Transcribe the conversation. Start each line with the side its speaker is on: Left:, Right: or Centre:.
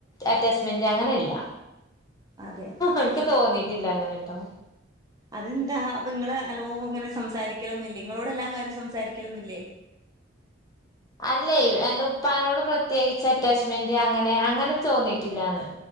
Left: അറ്റാച്ച് മെന്റ് അങ്ങനെ ഇല്ല
Right: അതെ
Left: എനിക്ക് തോന്നി ഇല്ല അങ്ങനെട്ടോ
Right: അതെന്താ അപ്പ ഇങ്ങള് ലോ ഇങ്ങനെ സംസാരിക്കല് ഒന്നും ഇല്ലേ ഇങ്ങളോട് എല്ലാ കാര്യം സംസാരിക്കനോനില്ലേ
Left: അല്ലേ എന്തോ ഉപ്പാനോട് പ്രത്യേകിച്ച് അറ്റാച്ച് മെന്റ് അങ്ങനെ നെ അങ്ങനെ തോന്നിട്ടില്ലാന്ന്